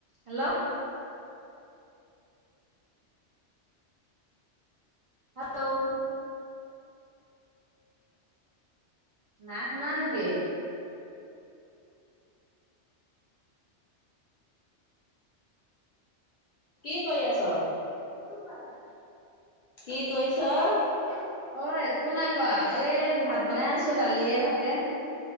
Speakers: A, on the right; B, on the left.
A: Hello. Hello. নাই শুনা নেকি?
B: কি কৰি আছ? একো কৰা নাই। কি কৰিছ? একো নাই কৰা।
A: অ একো নাই কৰা। এই ভাত বনাই আছো দালিয়ে ভাতে।